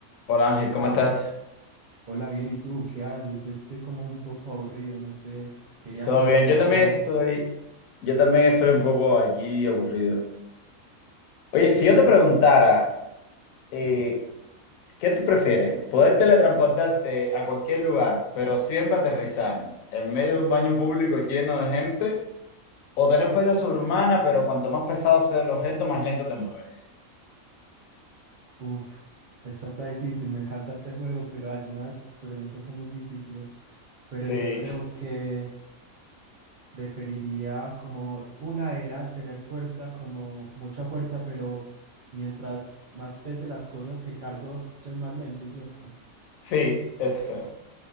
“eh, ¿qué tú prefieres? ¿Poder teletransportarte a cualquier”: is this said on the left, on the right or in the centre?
Left